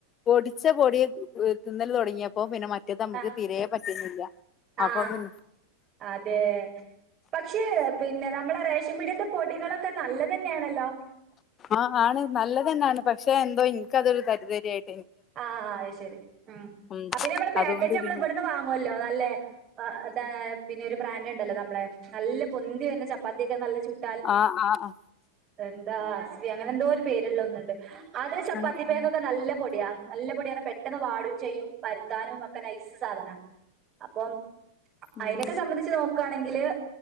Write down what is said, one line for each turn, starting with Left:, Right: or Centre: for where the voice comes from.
Left: പൊടിച്ച പൊടി തിന്നൽ തതൊടങ്ങിയപ്പോ പിന്നെ മറ്റേത് നമുക്ക്
Right: ആ
Left: തീരെ പറ്റുന്നില്ല
Right: ആ
Left: അപ്പ പിന്ന
Right: അതെ പക്ഷേ പിന്നെ നമ്മളെ റേഷൻ പിടത്തെ പൊടികളൊക്കെ നല്ലതന്നെയാണല്ലോ
Left: ആ ആണ് നല്ലതന്നെയാണ് പക്ഷെ എന്തോ എനിക്കതൊരു തരിതരിയായിട്ട
Right: ആ അത് ശരി ആഹ്
Left: ഉം
Right: അപി ന്നെ നമ്മള് പാക്കറ്റ്
Left: അതുകൊണ്ട്
Right: നമ്മൾ
Left: പിന്നെ
Right: ഇവിടുന്ന് വാങ്ങുവല്ലോ നല്ലേ ആ അ പിന്നെഒരു ബ്രാൻഡ്ണ്ടല്ലോ നമ്മളെ നല്ല പൊന്തി വരുന്ന ചപ്പാത്തിയൊക്കെ നല്ല ചുട്ട്
Left: ആഹ് ആ ആ
Right: എന്താ അസ്വി അങ്ങനെ എന്തോ ഒരു പേരുള്ള ഒന്നുണ്ട് അത് ചപ്പാത്തിപ്പാക്കൊക്കെ
Left: ആഹ് ആഹ്
Right: നല്ല പൊടിയാ നല്ല പൊടിയാണ് പെട്ടെന്ന് വാടും ചെയ്യും പരുത്താനും ഒക്കെ നൈസ് സാധനാ അപ്പം
Left: ഉം
Right: അയ്നൊക്കെ സംബന്ധിച്ച് നോക്കണെങ്കില്